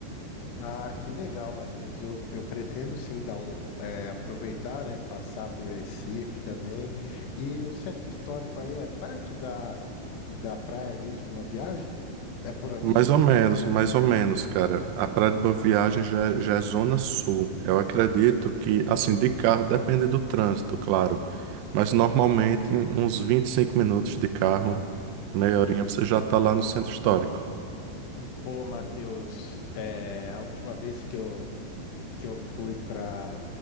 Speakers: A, on the left (about 85°); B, on the right (about 85°).
A: Ah, que legal, Matheus. Eu, eu pretendo sim dar um, é, aproveitar, né? Passar por Recife também. E o centro histórico aí é perto da, da praia ali de Boa Viagem? É por ali?
B: Mais ou menos, mais ou menos, cara. A Praia de Boa Viagem já, é- já é zona sul. Eu acredito que, assim, de carro depende do trânsito, claro. Mas normalmente uns 25 minutos de carro, meia horinha, você já tá lá no centro histórico.
A: E pô, Matheus, é, a última vez que eu, que eu fui para